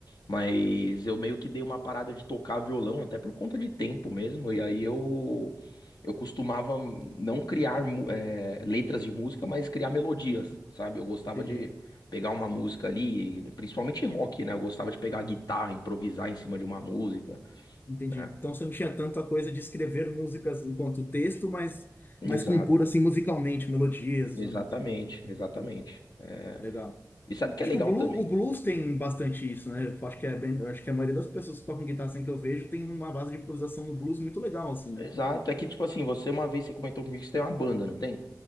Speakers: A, on the left; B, on the left.
A: Mas eu meio que dei uma parada de tocar violão, até por conta de tempo mesmo. E aí eu, eu costumava não criar, mu- eh, letras de música, mas criar melodias, sabe? Eu gostava
B: entendi.
A: de. Pegar uma música ali, principalmente rock, né? Eu gostava de pegar a guitarra, improvisar em cima de uma música.
B: Entendi.
A: né?
B: Então você não tinha tanta coisa de escrever músicas enquanto texto, mas,
A: Exato,
B: mas compor assim musicalmente, melodias,
A: exatamente,
B: e tudo mais.
A: exatamente. É,
B: Legal.
A: E sabe o que
B: Acho
A: é legal
B: que o blues,
A: também?
B: o blues tem bastante isso, né? Eu acho que é bem, eu acho que a maioria das pessoas que tocam guitarra assim que eu vejo tem uma base de improvisação no blues muito legal, assim, né?
A: Exato, é que tipo assim, você uma vez você comentou comigo que você tem uma banda, não tem?